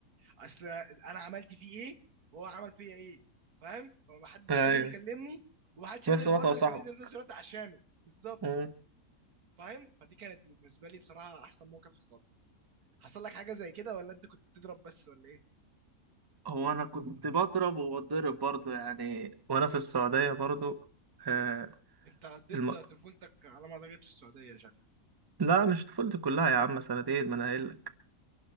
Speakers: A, on the right (about 85°); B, on the right (about 20°).
A: اصل انا عملت فيه ايه وهو عمل فيا ايه فاهم فمحدش
B: ايوه
A: قادر يكلمني ومحدش
B: في
A: قادر
B: نفس الوقت
A: برضه
B: هو صاحبك
A: يكلمني في نفس الوقت عشانه بالظبط
B: مم.
A: فاهم فدي كانت بالنسبه لي بصراحه احسن موقف حصل لي. حصل لك حاجه زي كده ولا انت كنت بتضرب بس ولا ايه
B: هو انا كنت بضرب وبضرب برضه يعني وانا في السعوديه برضه آه
A: انت قضيت
B: الم...
A: طفولتك على ما اعتقد في السعوديه شكلك
B: لا مش طفولتي كلها يا عم سنتين ما انا قايل لك